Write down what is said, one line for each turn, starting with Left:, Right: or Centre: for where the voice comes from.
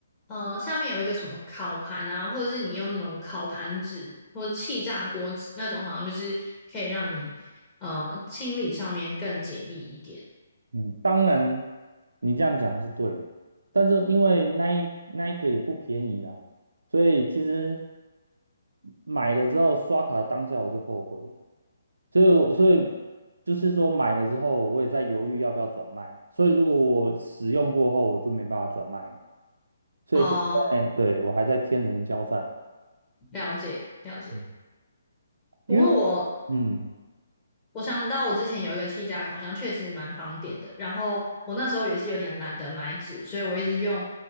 Left: 呃下面有一个什么烤盘啊，或者是你用那种烤盘纸或气炸锅纸那种，好像就是可以让你呃清理上面更简易一点。
Right: 嗯，当然，你这样讲是对的但是因为那一那一个也不便宜啊，所以其实买了之后刷卡当下我就后悔了所以我所以就是说买了之后我也在犹豫要不要转卖，所以如果我使用过后我就没办法转卖了所以现在对我还在天人交战，
Left: 哦，了解了解。
Right: 嗯，因为我嗯
Left: 不过我我想到我之前有一个气炸烤箱，确实蛮方便的。然后我那时候也是有点懒得买纸，所以我一直用，